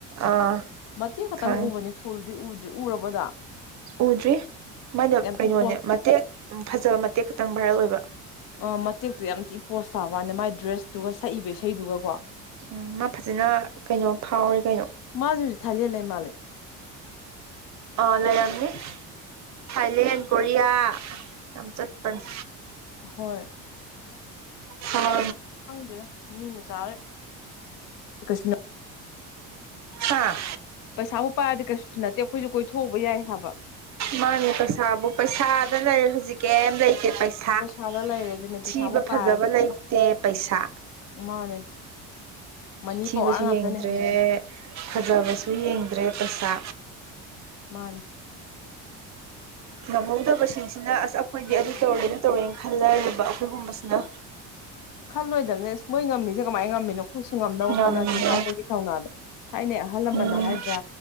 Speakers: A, on the right; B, on the left.
A: ꯑꯥ
B: ꯃꯇꯦꯛ ꯈꯛꯇꯪ
A: ꯈꯪꯉꯦ
B: ꯎꯕꯅꯦ ꯐꯨꯜꯗꯤ ꯎꯗ꯭ꯔꯤ ꯎꯔꯕꯗꯣ
A: ꯎꯗ꯭ꯔꯤ ꯃꯅ ꯀꯩꯅꯣꯅꯦ
B: ꯊꯤ ꯄꯣ
A: ꯃꯇꯦꯛ ꯐꯖꯕ ꯃꯇꯦꯛ ꯈꯛꯇꯪ ꯚꯥꯏꯔꯛ ꯑꯣꯏꯕ
B: ꯑ ꯃꯇꯦꯛꯇꯣ ꯌꯥꯝ ꯊꯤꯛ ꯄꯣꯁ ꯁꯥꯥꯕ ꯋꯥꯅꯤꯅꯦ ꯃꯥꯏ ꯗ꯭ꯔꯦꯁꯇꯨꯒ ꯁꯛꯏꯕ ꯏꯁꯩꯗꯨꯒꯀꯣ
A: ꯎꯝ ꯃꯥ ꯐꯖꯅ ꯀꯩꯅꯣ ꯐꯥꯎꯋꯤ ꯀꯩꯅꯣ
B: ꯃꯥꯖꯨ ꯍꯨꯖꯤꯛ ꯊꯥꯏꯂꯦ ꯂꯩ ꯃꯥꯜꯂꯦ
A: ꯑ ꯂꯩꯔꯝꯅꯤ ꯊꯥꯏꯂꯦꯟ ꯀꯣꯔꯤꯌꯥ ꯌꯥꯝ ꯆꯠꯄꯅꯦ
B: ꯍꯣꯏ
A: ꯍ
B: ꯗ ꯅꯤꯃ ꯆꯥ ꯀ
A: ꯍꯥꯥ
B: ꯄꯩꯁꯥꯕꯨ ꯄꯥꯔꯗꯤ ꯀꯩꯁꯨ ꯅꯠꯇꯦ ꯑꯩꯈꯣꯏꯁꯨ ꯀꯣꯏꯊꯣꯛꯎꯕ ꯌꯥꯏ ꯍꯥꯏꯕ
A: ꯃꯥꯅꯦ ꯄꯩꯁꯥꯕꯨ ꯄꯩꯁꯥꯗ ꯂꯩꯔꯦ ꯍꯧꯖꯤꯛ ꯀꯩꯝ ꯂꯩꯇꯦ ꯄꯩ ꯁꯥ
B: ꯄꯩꯁꯥꯗ ꯂꯩꯔꯦ ꯑꯗꯨꯅꯦ
A: ꯊꯤꯕ
B: ꯄꯩꯁꯥꯕꯨ
A: ꯐꯖꯕ
B: ꯄꯥꯏꯔꯗꯤ
A: ꯂꯩꯇꯦ ꯄꯩꯁꯥ
B: ꯃꯥꯅꯦ ꯃꯅꯤ
A: ꯊꯤꯕꯁꯨ
B: ꯄꯋꯥꯔ ꯉꯥꯛꯇꯅꯦ
A: ꯌꯦꯡꯗ꯭ꯔꯦ
B: ꯍꯧꯖꯤꯛꯁꯦ
A: ꯐꯖꯕꯁꯨ ꯌꯦꯡꯗ꯭ꯔꯦ ꯄꯩꯁꯥ
B: ꯃꯥꯅꯦ
A: ꯉꯝꯍꯧꯗꯕꯁꯤꯡꯁꯤꯅ ꯑꯁ ꯑꯩꯈꯣꯏꯗꯤ ꯑꯗꯨ ꯇꯧꯔꯦꯅ ꯇꯧꯔꯦꯅ ꯈꯜꯂꯅꯤꯕ ꯑꯩꯈꯣꯏꯒꯨꯝꯕꯁꯤꯅ
B: ꯈꯜꯂꯣꯏꯗꯝꯅꯦ ꯑꯁ ꯃꯣꯏ ꯉꯝꯃꯤꯖꯦ ꯀꯃꯥꯏ ꯉꯝꯃꯤꯅꯣ ꯑꯩꯈꯣꯢꯁꯨ ꯉꯝꯅꯕ
A: ꯉꯝꯗꯦ
B: ꯍꯣꯠꯅꯒꯦ ꯍꯥꯏꯕꯒꯤ ꯊꯧꯅꯥꯗꯣ ꯊꯥꯏꯅꯩ ꯑꯍꯜ ꯂꯃꯟꯅ
A: ꯎꯝ
B: ꯍꯥꯏꯗ꯭ꯔꯥ